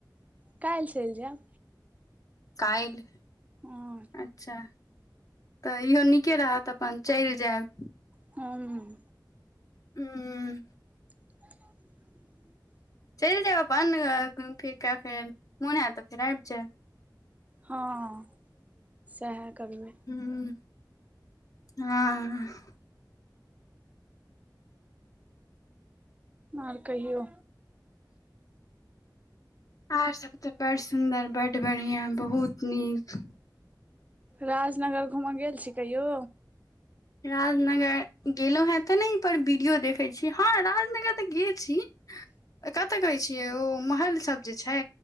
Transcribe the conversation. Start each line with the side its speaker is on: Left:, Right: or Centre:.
Right: काइल्ह चैल जाएब।
Left: काइल्ह,
Right: हँ
Left: अच्छा। तऽ इहो निके रहत अपन चलि जाएब।
Right: ह्म ह्म।
Left: हूं
Right: <inaudible>
Left: चलि जायब अपन घुमि फिर कऽ फेर मोन होयत तऽ फेर आबि जायब
Right: हँ सएह करबै
Left: हूं हँ
Right: आर कहियौ
Left: आर सब तऽ बड़ सुंदर बड बढ़िया बहुत नीक
Right: राजनगर घूमऽ गेल छी कहियो?
Left: राजनगर गेलौंहें तऽ नय पर वीडियो देखय छी हँ राजनगर तऽ गेल छी
Right: ह <inaudible>
Left: कतऽ कहै छियै ओ महलसभ जे छै